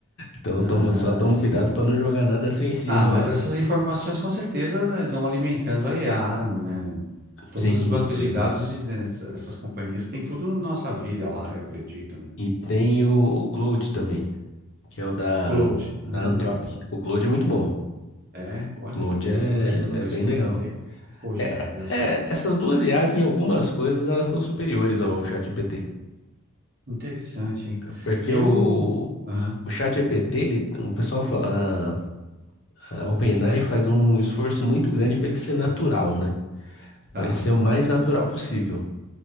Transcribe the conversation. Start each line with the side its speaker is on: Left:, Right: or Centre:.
Left: Então
Right: Ah,
Left: toma, só toma
Right: sim.
Left: cuidado pra não jogar nada sensível
Right: Ah, mas
Left: lá.
Right: essas informações com certeza estão alimentando a IA, né? Todos
Left: Sim,
Right: os bancos
Left: sim.
Right: de dados de, dessas companhias têm tudo nossa vida lá, eu acredito, né?
Left: E tem o, o Cloud também, que é o da,
Right: Cloud.
Left: da
Right: Ah.
Left: Anthropic. O Cloud é muito bom.
Right: É,
Left: O
Right: olha,
Left: Cloud é,
Right: esse eu acho que eu nunca
Left: é bem
Right: experimentei.
Left: legal.
Right: Ou já,
Left: É-
Right: já sim.
Left: é- essas duas IAs, em algumas coisas, elas são superiores ao ChatGPT.
Right: Interessante, hein?
Left: Porque
Right: Eu.
Left: o,
Right: Aham,
Left: o ChatGPT, ele, o pessoal fala, a, a OpenAI faz um esforço muito grande para ele ser natural, né?
Right: tá,
Left: Para ele ser o mais natural possível.